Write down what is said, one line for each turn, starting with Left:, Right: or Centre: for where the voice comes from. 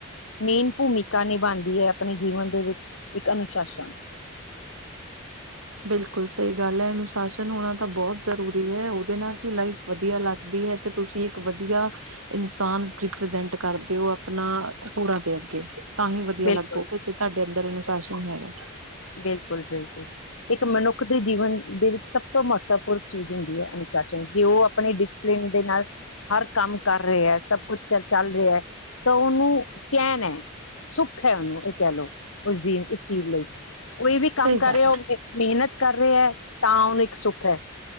Left: ਮੇਨ ਭੂਮਿਕਾ ਨਿਭਾਉਂਦੀ ਹੈ ਆਪਣੇ ਜੀਵਨ ਦੇ ਵਿੱਚ ਇੱਕ ਅਨੁਸ਼ਾਸਨ
Right: ਬਿਲਕੁਲ ਸਹੀ ਗੱਲ ਹੈ ਅਨੁਸ਼ਾਸਨ ਹੋਣਾ ਤਾਂ ਬਹੁਤ ਜ਼ਰੂਰੀ ਹੈ ਉਹਦੇ ਨਾਲ ਹੀ ਲਾਈਫ ਵਧੀਆ ਲੱਗਦੀ ਹੈ ਤੇ ਤੁਸੀਂ ਇੱਕ ਵਧੀਆ ਇਨਸਾਨ ਰੀਪ੍ਰਜੈਂਟ ਕਰਦੇ ਹੋ ਆਪਣਾ ਹੋਰਾਂ ਦੇ ਅੱਗੇ ਤਾਂ ਹੀ ਵਧੀਆ
Left: ਬਿਲਕੁਲ।
Right: ਲੱਗੋ ਕਿੇਹਾਡੇ ਅੰਦਰ ਅਨੁਸ ਨਹੀਂ ਹੈਗਾ ਾਂਕ
Left: ਬਿਲਕੁਲ ਬਿਲਕੁਲ ਇੱਕ ਮਨੁੱਖ ਦੇ ਜੀਵਨ ਦੇ ਸਭ ਤੋਂ ਮਹੱਤਵਪੂਰਨ ਚੀਜ਼ ਹੁੰਦੀ ਹੈ ਅਨੁਸ਼ਾਸਨ ਜੇ ਉਹ ਆਪਣੇ ਡਿਸਪਲਿਨ ਦੇ ਨਾਲ ਹਰ ਕੰਮ ਕਰ ਰਿਹਾ ਹੈ ਸਭ ਕੁਛ ਚ ਚੱਲ ਰਿਹਾ ਤਾਂ ਉਹਨੂੰ ਚੈਨ ਹੈ ਸੁੱਖ ਹੈ ਉਹਨੂੰ ਇਹ ਕਹਿ ਲਓ ਉਸ ਜੀ ਉਸ ਚੀਜ਼ ਲਈ ਕੋਈ ਵੀ
Right: ਸਹੀ
Left: ਕੰਮ ਕਰ
Right: ਗੱਲ
Left: ਰਿਹਾ ਹੋ ਉਹ ਮਿਹਨਤ ਕਰ ਰਹੇ ਹੈ ਤਾਂ ਉਹਨੂੰ ਇੱਕ ਸੁੱਖ ਹੈ